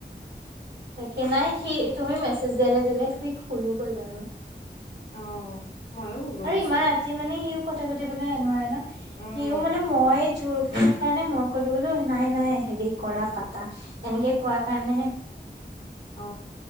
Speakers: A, on the right; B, on the left.
A: তাকে নাই সি তুমি মেছেজ দিয়ালে দিলে সি শুই গ'ল বাৰু
B: অ ময়ো শুলো
A: আৰু
B: পিছত
A: ইমান ৰাতি মানে সিও কথা পাতিবলৈে নোৱাৰে ন সিও
B: উম,
A: মানে মই জোৰ সেইকাৰণে মই কলো বোলো নাই নাই হেৰি কৰা পাতা এনেকে কোৱা কাৰণেহে
B: অ